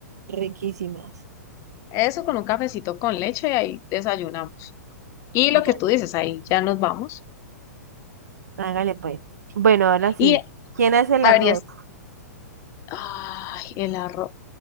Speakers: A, on the right; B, on the left.
A: riquísimas.
B: Eso con un cafecito con leche y ahí desayunamos. Y lo
A: Dale.
B: que tú dices, ahí ya nos vamos.
A: Hágale pues. Bueno, ahora sí.
B: Y
A: ¿Quién hace el
B: habría
A: arroz?
B: Ay, el arroz.